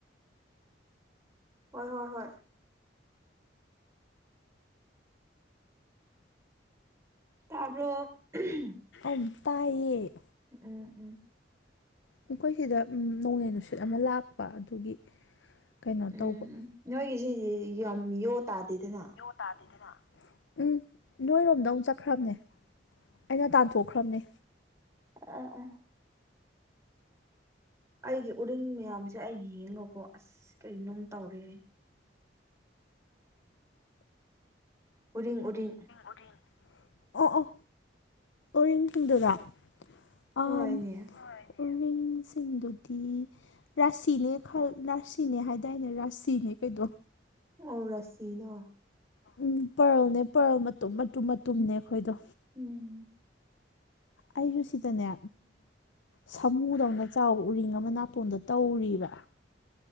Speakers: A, on the right (about 15°); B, on the left (about 85°).
A: ꯍꯣꯏ ꯍꯣꯏ ꯍꯣꯏ ꯇꯥꯕ꯭ꯔꯣ ꯑꯨꯝ
B: ꯎꯝ ꯇꯥꯏꯌꯦ
A: ꯎꯝ ꯎꯝ
B: ꯑꯩꯈꯣꯏ ꯁꯤꯗ ꯎꯝ ꯅꯣꯡꯂꯩ ꯅꯨꯡꯁꯤꯠ ꯑꯃ ꯂꯥꯛꯄ ꯑꯗꯨꯒꯤ ꯀꯩꯅꯣ
A: ꯎꯝ
B: ꯇꯧꯕ
A: ꯎꯝ ꯅꯣꯏꯒꯤ ꯁꯤꯖꯦ ꯌꯥꯝ ꯌꯣ ꯇꯥꯗꯦꯗꯅ
B: ꯇꯥꯗꯦꯗꯅ ꯎꯝ ꯅꯣꯏꯔꯣꯝꯗ ꯑꯃꯨꯛ ꯆꯠꯈ꯭ꯔꯕꯅꯦ ꯑꯩꯅ ꯇꯥꯟꯊꯣꯛꯈ꯭ꯔꯕꯅꯦ
A: ꯑ ꯑ ꯑꯩꯒꯤ ꯎꯔꯤꯡ ꯃꯌꯥꯝꯁꯦ ꯑꯩ ꯌꯦꯡꯉꯀꯣ ꯑꯁ ꯀꯅꯣꯝ ꯇꯧꯔꯦ ꯎꯔꯤꯡ ꯎꯔꯤꯡ
B: ꯎꯔꯤꯡ ꯑꯣ ꯑꯣ ꯎꯔꯤꯡ ꯇꯨꯡꯗꯨꯔ ꯑꯝ
A: ꯍꯣꯏꯅꯦ
B: ꯍꯣꯢ ꯎꯔꯤꯡꯁꯤꯡꯗꯨꯗꯤ ꯔꯥꯁꯤꯅꯦ ꯈꯜ ꯔꯥꯁꯤꯅꯦ ꯍꯥꯏꯗꯥꯏꯅꯦ ꯔꯥꯁꯤꯅꯦ ꯀꯩꯗꯣ
A: ꯑꯣ ꯔꯁꯤꯅꯦ ꯑꯣ
B: ꯎꯝ ꯄ꯭ꯔꯜꯅꯦ ꯄ꯭ꯔꯜ ꯃꯇꯨꯝ ꯃꯇꯨꯝ ꯃꯇꯨꯝꯅꯦ ꯑꯩꯈꯣꯏꯗꯣ
A: ꯎꯝ
B: ꯑꯩꯁꯨ ꯁꯤꯗꯅꯦ ꯁꯥꯃꯨꯗꯧꯅ ꯆꯥꯎꯕ ꯎꯔꯤꯡ ꯑꯃ ꯃ ꯅꯥꯄꯣꯟꯗ ꯇꯧꯔꯤꯕ꯭ꯔꯥ